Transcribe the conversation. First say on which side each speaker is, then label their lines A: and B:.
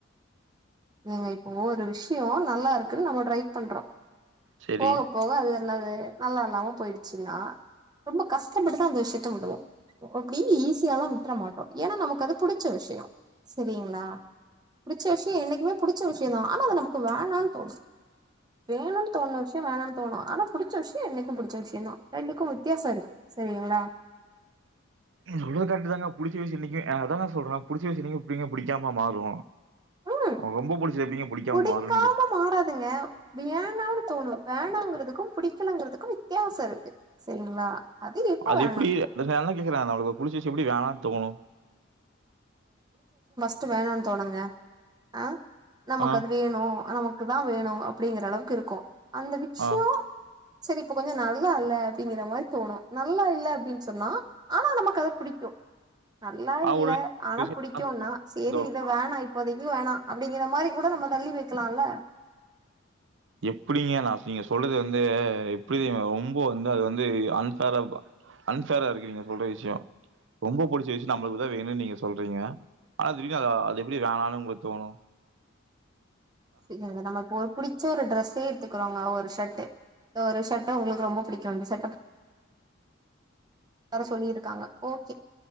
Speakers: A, on the right; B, on the right.
A: நீங்க இப்போ ஒரு விஷயோ நல்லா இருக்குன்னு நம்ம ட்ரை பண்றோ
B: சரி.
A: போக போக அது என்னது நல்லா இல்லாம போயிடுச்சுன்னா ரொம்ப கஷ்டப்பட்டுதா அந்த விஷயத்த விடுவோ அப்டி ஈஸியாலா விட்டுற மாட்டோ ஏன்னா நமக்கு அது புடிச்ச விஷயோ சரிங்களா புடிச்ச விஷயோ என்னைக் புடிச்ச விஷயோ தா ஆனா அது நமக்கு வேணானு தோணு வேணும்னு தோண விஷயோ வேணாம்னு தோணு ஆனா புடிச்ச விஷயோ என்னைக்கு புடிச்ச விஷயோ தா ரெண்டுக்கு வித்தியாசோ இருக்கு சரிங்களா
B: நிங்க சொல்ரது கரக்டு தாங்க புடிச்ச விசியம்ன்னைக்கு அ அதாங்க சொல்றே புடிச்சு விஷயோஎன்னைக்ங்க எப்டி பிடிக்காம மாறு
A: ம்
B: அவ ரொம்ப புடிச்சது எப்டிங்க பிடிக்காம
A: புடிக்காம
B: மாறு நீங்க
A: மாறாதுங்க வேணானு தோணு வேணாங்கிறதுக்கு புடிக்கலங்கிறதுக்கு வித்தியாசோ இருக்கு சரிங்களா இப்ப
B: அது
A: வேணா
B: எப்டி <unintelligible> எப்டிங்ர அவளுக்கு புடிச விசியோ எப்டி வோனான்ணு தோணு
A: ச்சு வேணானு தோணுங்க ஆ நமக்கு
B: ஆ,
A: அது வேணு நமக் க்கு தா வேணு அப்படிங்கற அளவுக்கு இருக்கு அந்த விட்சோ
B: ஆ.
A: சரி இப்ப கொஞ்சோ நல்லா இல்ல அப்டிங்கிற மாரி தோணு நல்லா இல்ல அப்டின்னு சொன்னா ஆனா நமக்கு அது புடிக்கு நல்லா
B: ஆ
A: இல்ல
B: உடனே
A: ஆனா
B: விஷயம்
A: புடிக்கும்ன்னா செரி
B: கொண்டு வரணும்.
A: இத வேணா இப்ப எங்க்யூ வேணா அப்டிங்கற மாரி கூட நம்ம தள்ளி வைக்கலாம்ல
B: எப்டிங்க நா நீங்க சொல்றது வந்து எப்டி தெரிமா ரொம்ப வந்து அது வந்து அன்ஃபேரா அன்ஃபேரா இருக்கு நீங்க சொல்ற விஷயோ ரொம்ப புடிச்ச விஷயோ நம்மளுக்குதா வேணும்னு நீங்க சொல்றீங்க ஆனா அது எப்டி வேணாலும் உங்களுக்கு தோணு
A: சரி நம்ம இப்ப ஒரு புடி ச்ச ஒரு ட்ரஸே எத்துக்கறோங்க ஒரு சர்ட் ஒரு சர்ட்ட உங்களுக்கு ரொம்ப புடிக்கும் இந்த சர்ட் வர சொல்லியிருக்காங்க ஓகே